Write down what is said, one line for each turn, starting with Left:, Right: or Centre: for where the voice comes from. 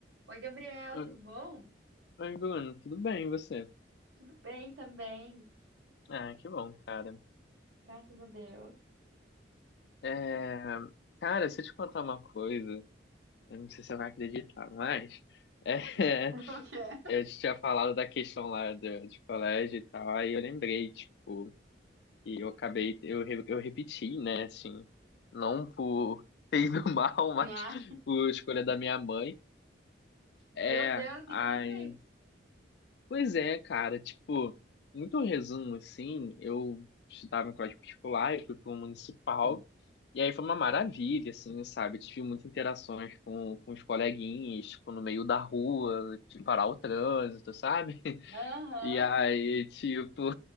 Right: Oi, Gabriel,
Left: Oi,
Right: tudo bom?
Left: oi, Bruno, tudo bem, e você?
Right: Tudo bem também,
Left: Ah, que bom, cara.
Right: graças a Deus.
Left: É, Cara, se eu te contar uma coisa, eu não sei se você vai acreditar, mas é,
Right: O que é? <laughs>
Left: <laughs>
Right: O que é?
Left: eu te tinha falado da questão lá do, de colégio e tal, aí eu lembrei, tipo, e eu acabei, eu, re- eu repeti, né, assim, não por fez do <laughs> mal, mas
Right: Ah.
Left: por escolha da minha mãe. É,
Right: Meu Deus, o que
Left: aí
Right: que ela fez?
Left: Pois é, cara, tipo, muito resumo assim, eu estudava em colégio particular, eu fui para um municipal, e aí foi uma maravilha, assim, sabe? Tive muitas interações com, com os coleguinhas, tipo, no meio da rua, de parar o trânsito, sabe? <laughs>
Right: Aham.
Left: E aí, tipo,